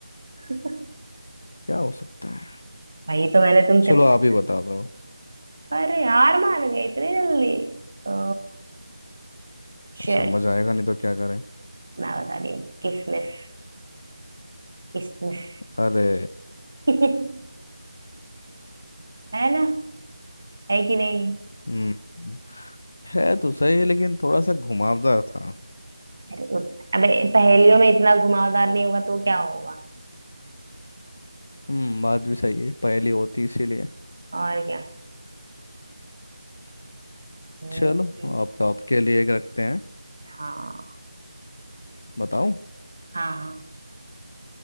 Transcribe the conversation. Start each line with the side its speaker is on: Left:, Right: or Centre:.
Right: <laughs>
Left: क्या हो सकता है
Right: वही तो मैंने तुमसे
Left: चलो
Right: पूछा
Left: आप ही बता दो
Right: अरे हार मान गए इतनी जल्दी ओ, चल
Left: समझ आएगा नहीं तो क्या करें
Right: मैं बता रही हूँ किसमिस किसमिस
Left: अरे
Right: <laughs> है ना है कि नहीं
Left: हम्म है तो सही है लेकिन थोड़ा सा घुमावदार था
Right: अरे उत, अबे पहेलियों में इतना घुमावदार नहीं होगा तो क्या होगा
Left: हम्म बात भी सही है पहेली होती इसीलिए
Right: और क्या हम्म
Left: चलो
Right: हम्म,
Left: आपका आपके लिए एक रखते हैं
Right: हाँ
Left: बताऊं
Right: हाँ हाँ